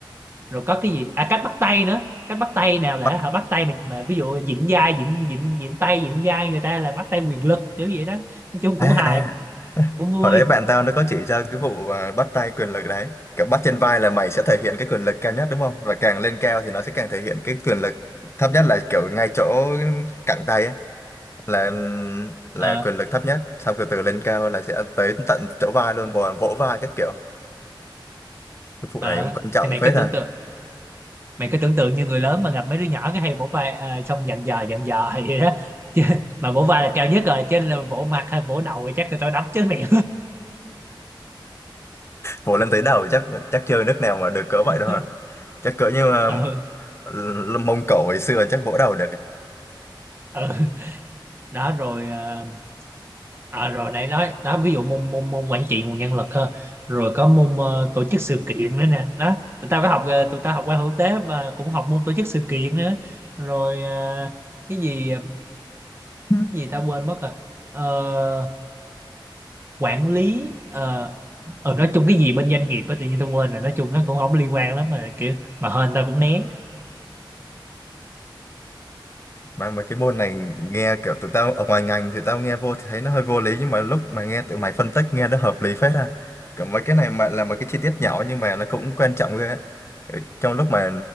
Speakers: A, on the right; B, on the left.
A: rồi có cái gì à cách bắt tay nữa cách bắt tay nào là
B: bắt
A: họ bắt tay mà, mà ví dụ vịn vai vịn vịn vịn tay vịn vai người ta là bắt tay quyền lực kiểu vậy đó nói chung
B: à,
A: cũng hài
B: à.
A: cũng vui
B: hồi đấy bạn tao nó có chỉ cho cái vụ à, bắt tay quyền lực đấy kiểu bắt trên vai là mày sẽ thể hiện cái quyền lực cao nhất đúng không và càng lên cao thì nó sẽ càng thể hiện cái quyền lực thấp nhất là kiểu ngay chỗ cẳng tay ấy, là là
A: ờ
B: quyền lực thấp nhất xong từ từ lên cao là sẽ tới tận chỗ vai luôn vỗ, vỗ vai các kiểu cái vụ
A: ờ
B: này cũng quan trọng
A: thì mày
B: phết
A: có
B: à
A: tưởng tượng mày có tưởng tượng như người lớn mà gặp mấy đứa nhỏ cái hay vỗ vai à, xong dặn dò dặn dò hay vậy đó <laughs> chứ, mà vỗ vai là cao nhất rồi trên là vỗ mặt hay vỗ đầu thì chắc người ta đấm chết mày
B: vỗ lên tới đầu chắc chắc chưa nước nào mà được cỡ vậy
A: <laughs>
B: đâu à? chắc cỡ như là,
A: ừ,
B: là Mông Cổ hồi xưa chắc vỗ đầu được ạ.
A: ừ. đó rồi à, À, rồi nãy nói đó ví dụ môn môn môn quản trị nguồn nhân lực ha rồi có môn ờ, tổ chức sự kiện nữa nè đó tụi tao có học ờ, tụi tao học qua hữu tế và cũng học môn tổ chức sự kiện nữa rồi ờ, cái gì ờ,
B: Ừ.
A: cái gì tao quên mất rồi Ờ, quản lý ờ ờ, nói chung cái gì bên doanh nghiệp á tự nhiên tao quên rồi nói chung nó cũng không liên quan lắm mà kiểu mà hên tao cũng né
B: mà mà cái môn này nghe kiểu tụi tao ở ngoài ngành thì tao nghe vô thì thấy nó hơi vô lý nhưng mà lúc mà nghe tụi mày phân tích nghe nó hợp lý phết ha kiểu mấy cái này mà là một cái chi tiết nhỏ nhưng mà nó cũng quan trọng ghê á. Ừ, trong lúc mà